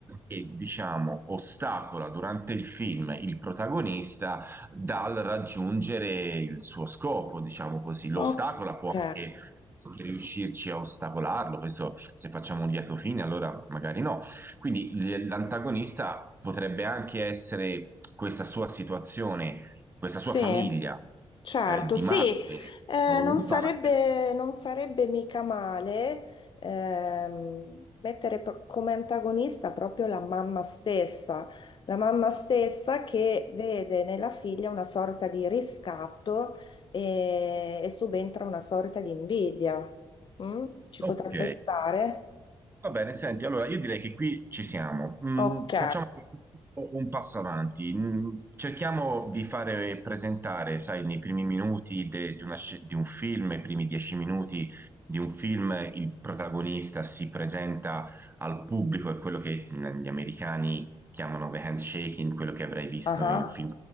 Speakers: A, on the right; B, on the left.
A: che diciamo ostacola durante il film il protagonista dal raggiungere il suo scopo, diciamo così. L'ostacola
B: ok,
A: può anche riuscirci a ostacolarlo, questo se facciamo un lieto fine, allora magari no quindi l- l'antagonista potrebbe anche essere questa sua situazione, questa
B: sì.
A: sua famiglia
B: Certo,
A: eh, di
B: sì,
A: madre
B: eh,
A: o
B: non
A: di
B: sarebbe,
A: padre.
B: non sarebbe mica male ehm, mettere pro- come antagonista proprio la mamma stessa, la mamma stessa che vede nella figlia una sorta di riscatto e, e subentra una sorta di invidia. Mm? Ci
A: Ok,
B: potrebbe stare?
A: va bene, senti, allora io direi che qui ci siamo. Mm,
B: Ok,
A: facciamo un passo avanti. Mm, cerchiamo di fare presentare, sai, nei primi minuti de- di, una sc- di un film, i primi dieci minuti di un film, il protagonista si presenta al pubblico, è quello che mm, gli americani chiamano The Handshaking, quello che avrai visto
B: ah,
A: in un film